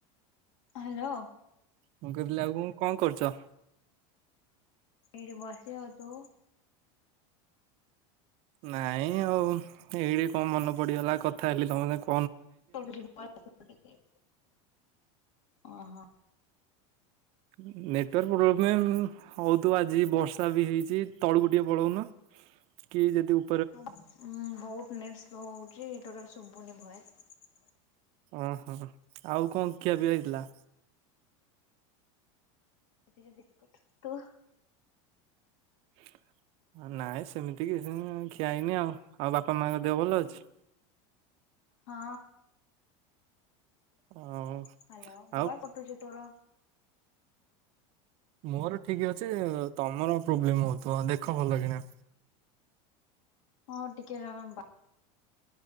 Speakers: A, on the left; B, on the right.
A: Hello.
B: ମୁଁ କହିିଲି ଆଉ କଣ କଣ କରୁଛ?
A: ଏଇଠି ବସିଚି ଆଉ ତୁ?
B: ନାଇଁ ଆଉ ଏଇଠି କଣ ମନେ ପଡିଗଲା କଥା ହେଲି ତମସାଙ୍ଗ କୁ
A: <inaudible> ଓହୋ।
B: ଉ ନେଟୱାର୍କ ପ୍ରୋବ୍ଲେମ ଉଁ ହଉଥିବ ତ ଆଜି ବର୍ଷା ବି ହେଇଛି ତଳୁକୁ ଟିକେ ପଳଉନ। କି ଯଦି ଉ
A: ହଁ ଉଁ ବହୁତ ନେଟ ସ୍ଲୋ ହଉଛି ଟୋଟାଲ ଶୁଭୁନି ଭଏସ।
B: ଓହୋ ଆଉ କଣ ଖିଆ ପିଆ ହେଇଥିଲା?
A: ଖାଇଥିଲି ବିସ୍କୁଟ ତୁ?
B: <unintelligible> ନାଇଁ ସେମିତି କିଛି ନାଇ ଖିଆ ହେଇନି ଆଉ ଆଉ ବାପା ମାଙ୍କ ଦେହ ଭଲ ଅଛି?
A: ହଁ
B: ଆଉ
A: ହାଲୋ
B: ଆଉ
A: ଭଏସ କଟୁଛି ତୋର।
B: ମୋର ଠିକ ଅଛି ତମର ପ୍ରୋବ୍ଲେମ ହଉଥିବ ଦେଖ ଭଲ କିଣା।
A: ହଁ ଟିକେ ତମ ବା